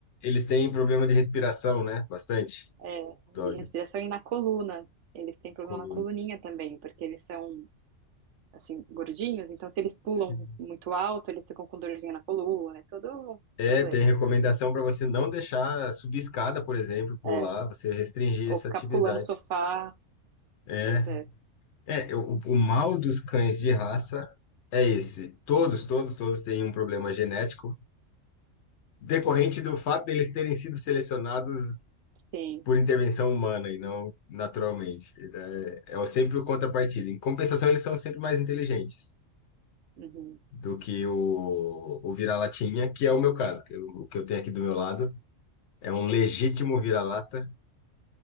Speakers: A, on the left (about 70°); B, on the right (about 70°).
A: eles têm problema de respiração, né? Bastante.
B: É, de
A: Dog,
B: respiração e na coluna. Eles têm problema
A: coluna.
B: na coluninha também, porque eles são, assim, gordinhos, então se eles pulam
A: Sim.
B: muito alto, eles ficam com dorzinha na coluna, é todo
A: É,
B: um problema,
A: tem recomendação
B: assim.
A: para você não deixar subir escada, por exemplo, pular,
B: É,
A: você restringir
B: ou
A: essa
B: ficar
A: atividade.
B: pulando o sofá,
A: É.
B: pois é.
A: É, o, o mal dos cães de raça é esse. Todos, todos, todos têm um problema genético decorrente do fato deles terem sido selecionados
B: Sim.
A: por intervenção humana e não naturalmente. Então, É, é o- sempre o contrapartida. Em compensação, eles são sempre mais inteligentes
B: Uhum.
A: do que o, o vira-latinha, que é o meu caso. que eu- o que eu tenho aqui do meu lado é um legítimo vira-lata